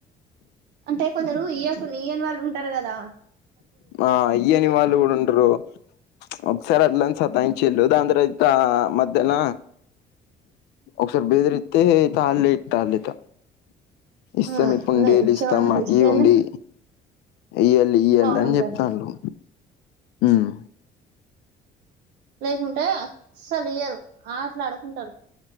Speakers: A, on the right; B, on the left.
A: అంటే కొందరు ఇయ్యకున్ ఈయని వాళ్ళు ఉంటారు కదా
B: ఆ ఇయ్యని వాళ్ళు కూడా ఉంటారు ఒకసారి అట్లనే సతాయిం ఇచిండు ఒకసారి బెదిరిచ్చిండు దాని తర్వాత మధ్యల ఒకసారి బెదిరి తే తలెత్తలు ఎగ ఇస్తాం
A: ఆ
B: ఇప్పుడుండేళ్లు
A: అదే ఇచ్చేవాళ్ళకి
B: డైలీ ఇస్తాం మాకి
A: ఇస్తేనే
B: ఈ ఉండి ఇయ్యల్ళ ఇయ్యళ
A: బాగుంటది
B: అని చెప్తండ్లు ఉమ్
A: లేకుంటే అసలు ఇయ్యర్ ఆటలు ఆడుకుంటారు.